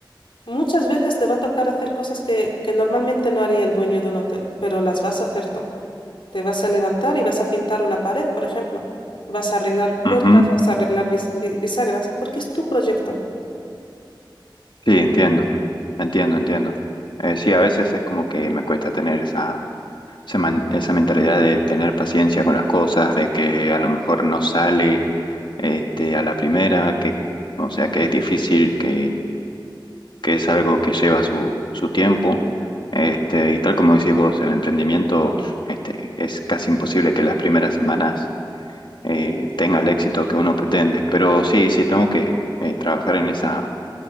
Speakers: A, on the left; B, on the left.
A: muchas veces te va a tocar hacer cosas que, que normalmente no haría el dueño de un hotel, pero las vas a hacer tú. Te vas a levantar y vas a pintar una pared, por ejemplo. Vas a arreglar puertas,
B: ujú,
A: vas a arreglar bis- bi- bisagras, porque es tu proyecto.
B: Sí, entiendo, entiendo, entiendo. Eh, sí, a veces es como que me cuesta tener esa, esa, man- esa mentalidad de tener paciencia con las cosas, de que a lo mejor no sale este, a la primera, que, o sea, que es difícil, que, que es algo que lleva su, su tiempo. Este, y tal como decís vos, el emprendimiento, este, es casi imposible que las primeras semanas eh, tenga el éxito que uno pretende. Pero sí, sí, tengo que eh, trabajar en esa,